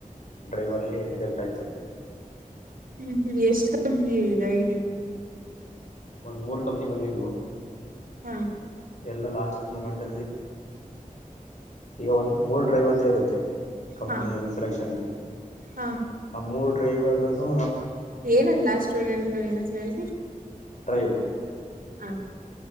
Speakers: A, on the left; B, on the right.
A: ಡ್ರೈವರ್ಲ್ಲಿ ಹೆಜೆಕ್ಟ್ ಆಯ್ತು
B: ಹ್ಮ್ ಎಷ್ಟ ಕಂಪ್ನಿ ಇದಾಗಿದೆ
A: ಮ್ ಮೂರ್ ಕಂಪ್ನಿ ಬಂದಿದ್ವು
B: ಹಾ
A: ಎಲ್ಲ ಲಾಸ್ಟ್ ಮೂಮೆಂಟ್ ಈಗ ಒಂದ್ ಮೂರ್ ಡ್ರೈವ್ ಅಂತ ಇರುತ್ತೆ ಕಂಪ್ನಿ
B: ಹಾ
A: ಸೆಲೆಕ್ಷನ್ಗೆ
B: ಹಾ
A: ಆ ಮೂರ್ ಡ್ರೈವಲ್ಲ ನಮ
B: ಏನದ್ ಲಾಸ್ಟ್ ರೋಡ್ ಹೇಳಿದ್ರ ನಸ ಹೇಳಿ
A: ಡ್ರೈವ್
B: ಹಾಂ